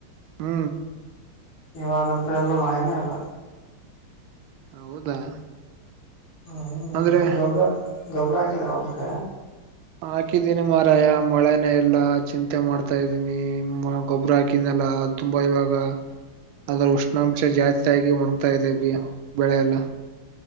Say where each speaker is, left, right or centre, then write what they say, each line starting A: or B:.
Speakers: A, on the right; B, on the left.
A: ಹ್ಮ
B: ಇವಾಗಂತ್ರ ಎಲ್ಲ ಮಳೆನೇ ಇಲ್ಲ.
A: ಹೌದಾ.
B: ಹ್ಮ
A: ಅಂದ್ರೆ
B: ಗೊಬ್ಬ್ರ ಗೊಬ್ಬ್ರ ಹಾಕಿದ್ರ ಹೊಲ್ಕ.
A: ಹಾಕಿದೀನಿ ಮಾರಾಯ ಮಳೆನೇ ಇಲ್ಲ ಚಿಂತೆ ಮಾಡ್ತಾ ಇದ್ದೀನಿ ಗೊಬ್ಬರ ಹಾಕಿನಲ್ಲ. ತುಂಬಾ ಇವಾಗ ಅದ್ರ ಉಷ್ಣಾಂಶ ಜಾಸ್ತಿ ಆಗಿ ಒಣಗ್ತಾ ಇದೆ ಬಿ ಬೆಳೆ ಎಲ್ಲ.